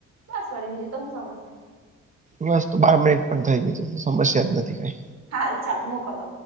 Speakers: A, on the right; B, on the right.
A: બસ વરી બીજું તો હું સમસ્યા
B: બસ તો બાર મિનિટ પણ થઈ ગય છેું સમસ્યા જ નથી કઈ
A: હા ચાલો મુકો તો